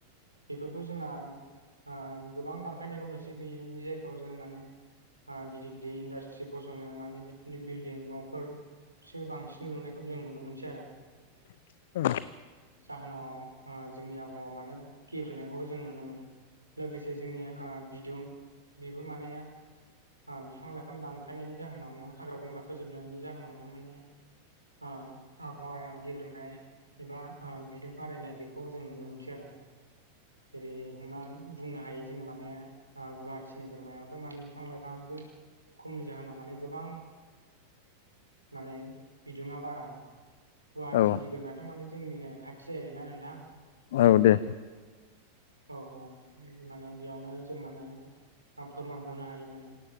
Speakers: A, on the right; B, on the left.
A: बेफोरखौ जोंना ओ गोबां दानफायनायखौ नुसै बेनि जायगायाव जों माने आं गिदिर गिदिर इन्डासट्रि फसङो माने बिदिनो बिल्डिं न'फोर बिसोरो बांसिन लुनायखौ जों नुनो मोनसै आरो।
B: <unintelligible>
A: जाहोनाव ओ जोंनि आबहावा माने गेब्रेनायखौ जों नुनो मोनो लोगोसे जोंनि ओ बिदुं बेबो माने ओ बिफां लाइफां दानफायनायनि जाहोनावनो हाग्रा बंग्रा फोजोबनायनि जाहोनावनो माने ओ आबहावाया गेब्रेंनाय एबा ओ बिदों बारायनाय बेखौ जों नुनो मोनसै आरो। जेरै हमनानै बुंनो हायो जोङो माने ओ गुवाहाटि नोगोरमायावथ' माने बिफां लाइफाङा गो खमनि जाहोनाव माने गोबां माने बिदुङा बारा गुवाहाटि
B: औ
A: नोगोरमाथ' माने जोंनिनो खाथि जाहैबायना नोंथां।
B: औ दे।
A: औ औ माने बेयावनो जों माने फोरमान हरनो हायो माने।